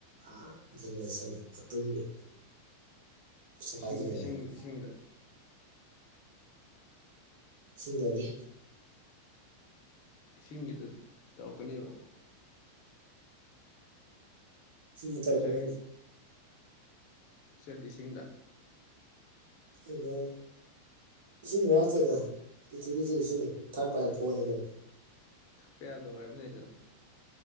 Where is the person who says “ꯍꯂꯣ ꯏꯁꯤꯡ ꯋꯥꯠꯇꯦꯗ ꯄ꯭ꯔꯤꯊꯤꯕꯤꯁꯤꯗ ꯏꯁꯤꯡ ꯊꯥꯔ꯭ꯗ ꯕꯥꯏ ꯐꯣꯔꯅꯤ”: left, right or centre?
Right